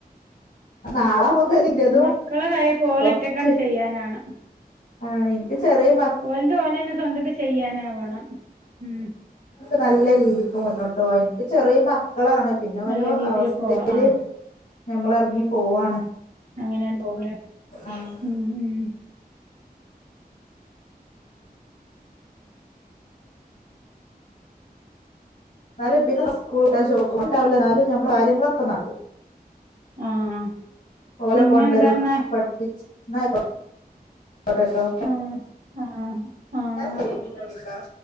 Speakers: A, on the left; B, on the right.
A: നാളെ മുതലിന്റതും
B: മക്കളെ കാര്യ ഓലറ്റക്കാണ്ട്
A: കൊറച്ച്
B: ചെയ്യാനാവണം
A: ആഹ് എനിക്ക് ചെറിയ മക്ക
B: ഓലതു പോഓലെന്നെ സ്വന്തക്ക ചെയ്യാനാവണം ഉ
A: നല്ല രീതിക്ക് മുന്നോട്ട് പോവാ എനിക്ക് ചെറിയ മക്കളാണ് പിന്നെ
B: നല്ല
A: ഓരോ
B: രീതില്
A: അവസ്ഥയില്
B: പോവാ ആഹ്
A: ഞമ്മള് ഇറങ്ങി പോവാണ്
B: അങ്ങനെയ പോവണ്
A: ആഹ്
B: ഉ ഉ
A: എന്നാലും പിന്നെ സ്കൂളഷോണ്ടാവില്ല എന്നാലും നമ്മള് കാര്യങ്ങളൊക്കെ നടക്കും
B: ആഹ്
A: ഓലെ
B: പിന്നെന്താന്നാ
A: കൊണ്ടരും പഠിപ്പിച്ചും എന്നാ അ യ് എന്നാ
B: ആഹ് ആഹ് ആഹ്
A: ശരി പിന്നെ വിളിക്കാം